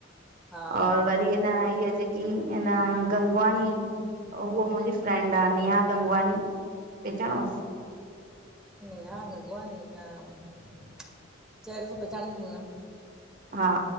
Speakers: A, in the centre; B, on the right.
A: हा
B: और वरी हिन इहा जेक कीन गंगवानी उहा मुंहिंजी फ्रेंड आहे नेहा गंगवानी पेहचानौउस?
A: नेहा गंगवानी न चहरे सां पहचादी उदम
B: हा